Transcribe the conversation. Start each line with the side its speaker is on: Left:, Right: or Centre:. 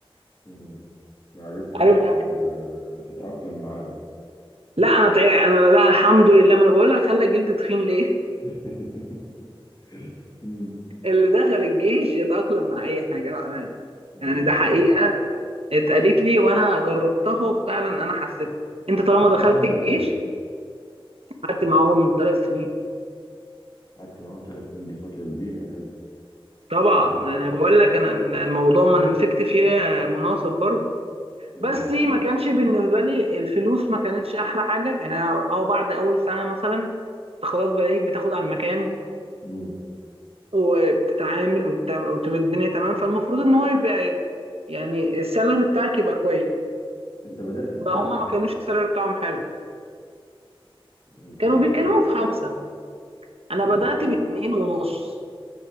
Left: أمم. ما عرفتش
Right: عارف بقى؟
Left: آه، تتأقلم معاه بقى
Right: لا انا طيب انا لا الحمد لله ما انا بقول لك خلى جلدي تخين ليه
Left: <laughs> امم
Right: <laughs> اللي دخل الجيش يتاقلم مع اي حاجه بأمانة.
Left: ايوه
Right: يعني ده حقيقه اتقالت لي وانا جربتها وفعلا انا حسيت انت طالما
Left: قعدت
Right: دخلت
Left: معاهم
Right: الجيش
Left: قد ايه؟
Right: قعدت معاهم ثلاث سنين
Left: قعدت معاهم ثلاث سنين دي فترة كبيرة حلو
Right: طبعا
Left: مم.
Right: انا بقول لك انا الموضوع ما انا مسكت فيه مناصب برضو
Left: مم.
Right: بس ما كانش بالنسبه لي الفلوس ما كانتش احلى حاجه يعني انا اه بعد اول سنه مثلا انت خلاص بقيت بتاخد على المكان
Left: مم.
Right: وبتتعامل وبت- وبتبقى الدنيا تمام فالمفروض ان هو يبقى يعني السالري بتاعك يبقى كويس
Left: انت بدأت بكام
Right: بقى هما
Left: صحيح؟
Right: ما كانوش السالري بتاعهم حلو
Left: انت
Right: كانوا
Left: بدأت
Right: بيتكلموا في خمسه انا
Left: ب-
Right: بدات
Left: ده في
Right: باتنين ونص